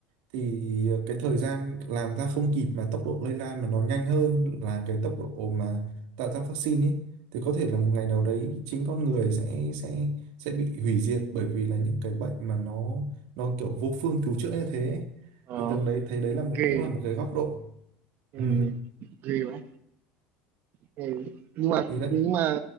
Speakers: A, on the right; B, on the right.
A: thì ờ, cái thời gian làm ra không kịp mà tốc độ lây lan mà nó nhanh hơn là cái tốc độ mà tạo ra vaccine ấy thì có thể là một ngày nào đấy chính con người sẽ sẽ sẽ bị hủy diệt bởi vì là những cái bệnh mà nó nó kiểu vô phương cứu chữa như thế ấy.
B: ờ,
A: Thì Tường đấy thấy đấy là một
B: ghê
A: cũng là một cái góc độ <laughs>
B: ừ.
A: ừ,
B: ghê vậy Ừ. Nhưng mà
A: thì đấy
B: nhưng mà